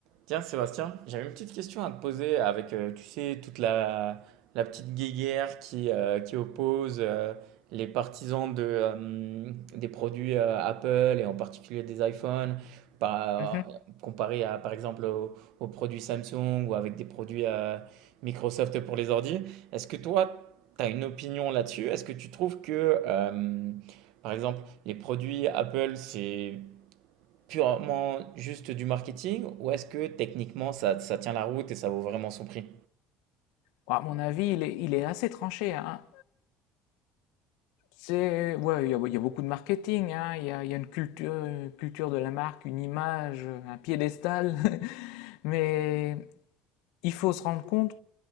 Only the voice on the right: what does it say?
Tiens, Sébastien, j'avais une petite question à te poser avec, euh, tu sais, toute la, la petite guéguerre qui, euh, qui oppose euh, les partisans de, euh, des produits euh, Apple et en particulier des iPhones, par,
euh, comparé à, par exemple, aux, aux produits Samsung ou avec des produits euh, Microsoft pour les ordi. Est-ce que toi, tu as une opinion là-dessus? Est-ce que tu trouves que, euh, par exemple, les produits Apple, c'est Purement juste du marketing ou est-ce que techniquement ça, ça tient la route et ça vaut vraiment son prix?